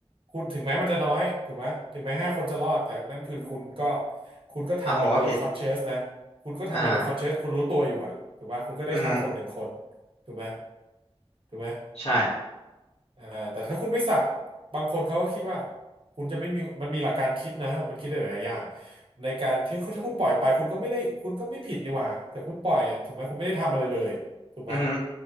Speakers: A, on the right; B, on the left.
A: คุณถึงแม้มันจะน้อยถูกไหมถึงแม้ห้าคนจะรอดแต่นั่นคือคุณก็คุณก็ทำมันโดยคอนเช
B: อ่ะผมว่าผิด
A: o u สนะคุณก็ทำมันโดยคอนเช
B: อ่า
A: o u สคุณรู้ตัวอยู่อะถูกปะคุณก็ได้ฆ่าคนหนึ่งคน
B: อือฮึ
A: ถูกไหมถูกไหม
B: ใช่
A: อ่าแต่ถ้าคุณไม่สับบางคนเขาก็คิดว่าคุณจะไม่มีมันมีหลักการคิดนะมันคิดได้หลายอย่างในการที่ถ้าคุณปล่อยไปคุณก็ไม่ได้คุณก็ไม่ผิดนี่หว่าแต่คุณปล่อยอ่ะถูกไหมคุณไม่ได้ทำอะไรเลยถูกไหม
B: อือฮึ